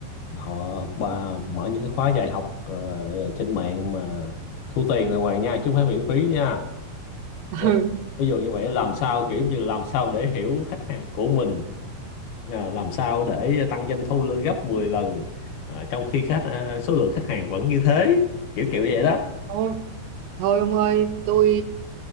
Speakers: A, on the left; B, on the right.
A: họ bà mở những cái khóa dạy học ờ, trên mạng mà thu tiền đàng hoàng nha chứ không phải miễn phí nha
B: ừ.
A: Nó-
B: <laughs>
A: ví dụ như vậy làm sao kiểu như làm sao để hiểu khách hàng của mình à, làm sao để tăng doanh thu lên gấp mười lần à, trong khi khách à, số lượng khách hàng vẫn như thế kiểu kiểu vậy đó
B: thôi thôi ông ơi tôi